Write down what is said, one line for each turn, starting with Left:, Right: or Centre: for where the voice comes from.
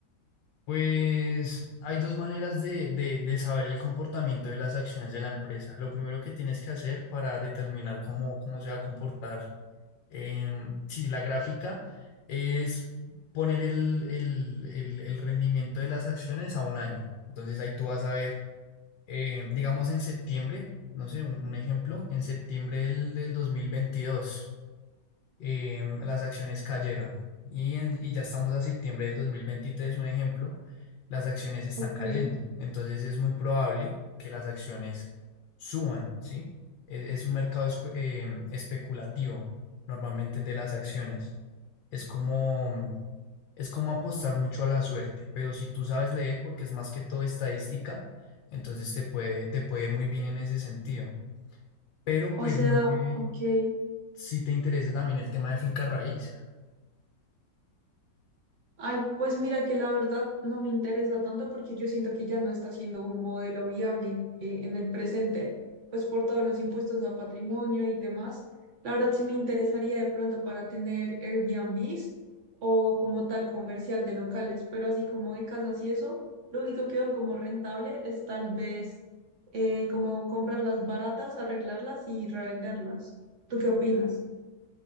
Left: Pues hay dos maneras de, de, de saber el comportamiento de las acciones de la empresa. Lo primero que tienes que hacer para determinar cómo, cómo se va a comportar em, sí, la gráfica es poner el, el- el- el rendimiento de las acciones a un año. Entonces ahí tú vas a ver, em, digamos en septiembre, no sé, un, un ejemplo, en septiembre del, del dos mil veintidós em, las acciones cayeron. Y, en- y ya estamos a septiembre del dos mil veintitrés un ejemplo, las acciones están
Right: Ok.
Left: cayendo. Entonces es muy probable que las acciones suban, ¿sí? Es, es un mercado escu- em, especulativo normalmente de las acciones. Es como, es como apostar mucho a la suerte, pero si tú sabes leer, porque es más que todo estadística, entonces te puede, te puede ir muy bien en ese sentido. Pero
Right: O
Left: pues
Right: sea,
Left: no sé
Right: ok,
Left: si te interesa también el tema de finca raíz.
Right: Ay, pues mira que la verdad no me interesa tanto porque yo siento que ya no está siendo un modelo viable eh, en el presente, pues por todos los impuestos a patrimonio y demás. La verdad sí me interesaría de pronto para tener Airbnbs o como tal comercial de locales, pero así como de casas y eso, lo único que veo como rentable es tal vez eh, como comprarlas baratas, arreglarlas y revenderlas. ¿Tú qué opinas?